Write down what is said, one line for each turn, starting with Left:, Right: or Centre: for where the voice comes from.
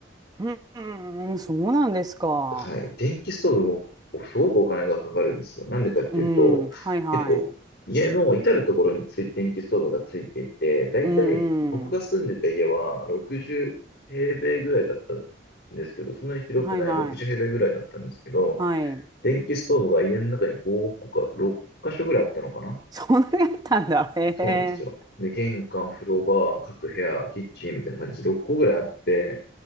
Right: うんうんうん、そうなんですか。
Left: はい。電気ストーブもすごくお金がかかるんですよ。なんでかっていうと、
Right: うん、はいはい。
Left: 結構、家の至るところについ電気ストーブがついていて、だいたい僕が住んでた家は60平米ぐらいだったんですけど、
Right: うんうん。
Left: そんなに広くない60平米ぐらいだったんですけど、
Right: はいはい。はい。<laughs>
Left: 電気ストーブが家の中に5個か6箇所ぐらいあったのかな
Right: そんなにあったんだ。へえ。
Left: そうなんですよ。で、玄関、風呂場、各部屋、キッチンみたいな感じで6個ぐらいあって、